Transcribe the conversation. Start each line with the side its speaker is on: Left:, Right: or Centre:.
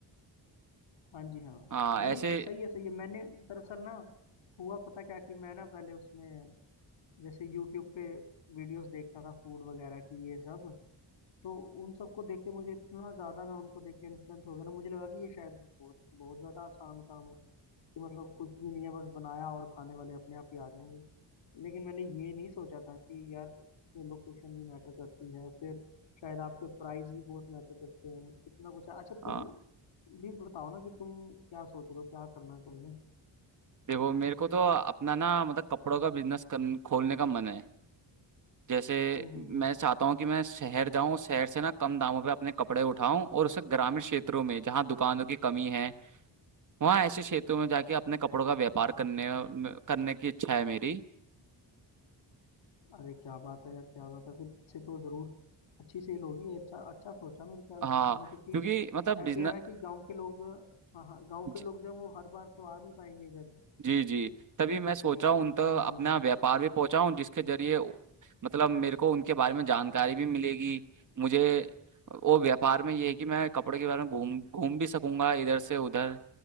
Left: हाँ जी हाँ
Right: हाँ ऐसे
Left: नहीं सही है सही है मैंने दरअसल ना हुआ पता क्या कि मैं ना पहले उसमें जैसे यूट्यूब पे वीडियोस देखता था फूड वगैरह की ये सब तो उन सबको देख के मुझे इतना ज्यादा मैं उनको देख के इन्फ्लुएंस हो गया ना मुझे लगा कि ये शायद बहुत बहुत ज्यादा आसान काम है कि मतलब कुछ भी नहीं है बस बनाया और खाने वाले अपने आप ही आ जाएंगे लेकिन मैंने ये नहीं सोचा था कि यार इसमें लोकेशन भी मैटर करती है फिर शायद आपके प्राइस भी बहुत मैटर करते हैं कितना कुछ है अच्छा तुम
Right: हाँ
Left: भी बताओ ना कि तुम क्या सोच रहे हो क्या करना है तुमने
Right: देखो मेरे को तो अपना ना मतलब कपड़ों का बिजनेस खोलने का मन है जैसे
Left: हम्म हम्म
Right: मैं
Left: हम्म।
Right: चाहता हूँ कि मैं शहर जाऊँ शहर से ना कम दामों पे अपने कपड़े उठाऊं और उसे ग्रामीण क्षेत्रों में जहाँ दुकानों की कमी है वहाँ ऐसे क्षेत्रों में जाके अपने कपड़ों का व्यापार करने करने की इच्छा है मेरी
Left: अरे क्या बात है यार क्या बात है फिर से तो जरूर अच्छी सेल होगी अच्छा अच्छा सोचा मेरे ख्याल
Right: हाँ
Left: से तुमने क्योंकि
Right: क्योंकि मतलब बिजनेस
Left: ऐसे है ना कि गांव के लोग जो हाँ हाँ गांव के
Right: जी
Left: लोग जो हैं, वो हर बार तो आ नहीं पाएंगे इधर
Right: जी जी, तभी मैं सोचा
Left: कि
Right: हूँ उन तक
Left: हाँ जी
Right: अपना
Left: हाँ
Right: व्यापार भी पहुँचाऊँ जिसके जरिए उ- मतलब मेरे को उनके बारे में जानकारी भी मिलेगी मुझे वो व्यापार में ये है कि मैं कपड़े के बारे में घूम घूम भी सकूंगा इधर से उधर